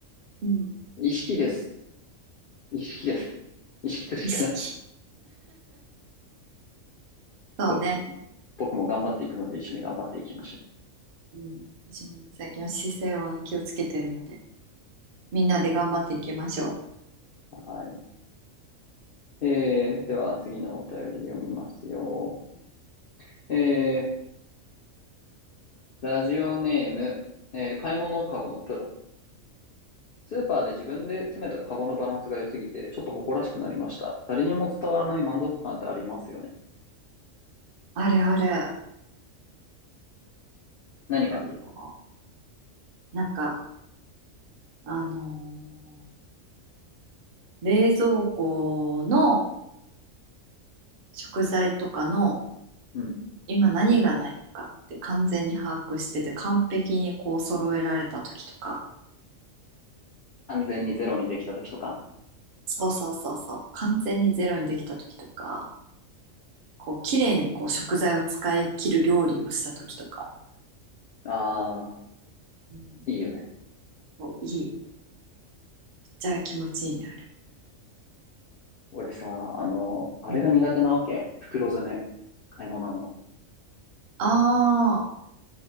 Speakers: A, on the right; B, on the left.
A: うん。
B: 意識です。意識です。意識するしかないです。
A: 意識。そうね。
B: ぼ僕も頑張っていくので一緒に頑張っていきましょ
A: うん、私もね最近は姿勢をね気をつけてるので、みんなで頑張っていきましょう。
B: う。はい。えー、では次のお便り読みますよ。えー、ラジオネーム、えー、買い物カゴのプロ。スーパーで自分で詰めたカゴのバランスが良すぎて、ちょっと誇らしくなりました。誰にも伝わらない満足感ってありますよね。
A: あるある。
B: 何がある
A: あるよ。なんか、あのー冷蔵庫の食材とかの
B: うん。
A: 今何がないかって完全に把握してて、完璧にこう揃えられた時とか、
B: 安全にゼロにできた時とか。
A: そうそうそうそう、完全にゼロにできた時とか、こう綺麗にこう食材を使い切る料理をした時とか、
B: あ
A: うん、
B: ー、いいよね。
A: そういい。めっちゃ気持ちいいね、あれは。
B: 俺さ、あの、あれが苦手なわけ。
A: うん
B: 袋詰め。買い物の。
A: ああ、